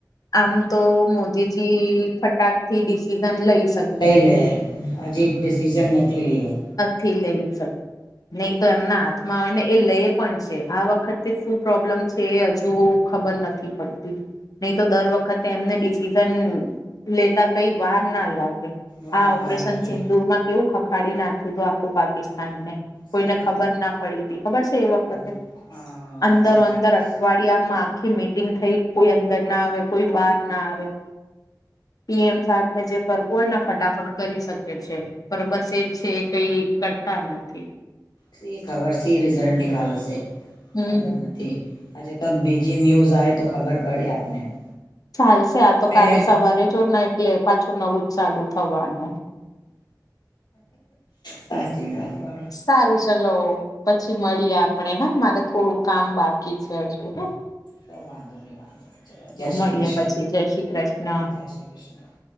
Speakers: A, on the left; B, on the left.
A: આમ તો મોદીજી- ફટાક થી ડિસિઝન લઈશ-
B: લઈ લે હજી ડિસિઝન નથી લયો-
A: થી લઈ શક નહી તો એમના- આવે ને એ લઈ પણ છે આ વખતે શું પ્રોબ્લેમ છે એ હજુ ખબર નથી પડતી- નહી તો દર વખતે એમને ડિસિઝન લેતા કઈ વાર ના લાગે
B: વાર
A: આ ઓપરેશન
B: ના લાગે
A: સિંદુર માં કેવું ખખાડી નાખ્યું હતું આખું પાકિસ્તાન ને- કોઈને
B: સાચી
A: ખબર
B: વાત
A: ના પડી હતી ખબર છે એ વખતે
B: ના હા હા
A: અંદરો
B: હા સાચી
A: અંદર
B: વાત.
A: અઠવાડિય- યામાં આખી મીટિંગ થઈ કોઈ અંદર ના આવે કોઈ બહાર ના આવે- પીએમ સાહેબ ને જે કરવું હોય ને ફટાફટ કરી શકે છે. પણ બસ એ છે કઈ કરતા નથી-
B: સી ખબર સી રિઝલ્ટ
A: હમ
B: નિકાલશે
A: હમ
B: ખબર નથી- આજે તો બીજી ન્યુઝ આવે તો ખબર પડે આપને-
A: ચાલશે આ
B: તમે
A: તો કાલે સવારે જ ને એટલે પાછું નવું જ ચાલુ થવાનું-
B: સાચચી વાત હોર-
A: સારું ચલો પછી મળીએ આપણે હા મારે થોડું કામ બાકી છે હજુ હ-
B: તો વાંધો નહી વાંધો ન ચલો જય શ્રી
A: મળીએ
B: કૃષ્ણ
A: પછી જય શ્રી કૃષ્ણ
B: જય શ્રી કૃષ્ણ-